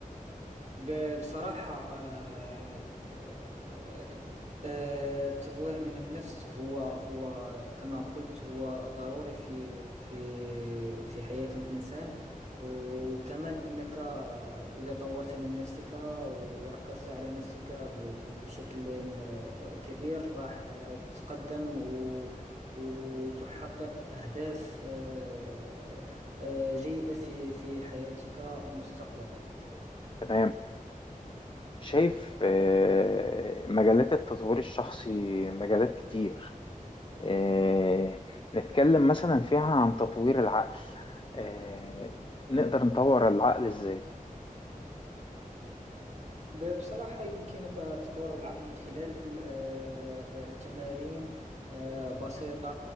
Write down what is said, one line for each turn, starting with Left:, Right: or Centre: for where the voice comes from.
Right: ب- بصراحة آه، آه، آه، التطوير من النفس هو هو كما قلت هو ضروري في في في حياة الإنسان وكمان أنك إذا طورت من نفسك وركزت على نفسك ب- ب- بشكل آه، كبير راح آه، تتقدم و وتحقق أهداف آه، آه، جيدة في في حياتك مستقبلا
Left: تمام شايف آه، مجالات التطوير الشخصي مجالات كتير آه، نتكلم مثلا فيها عن تطوير العقل آه، نقدر نطور العقل إزاي؟
Right: ب- بصراحة يمكنك تطوير العقل من خلال آه، تمارين آه، بسيطة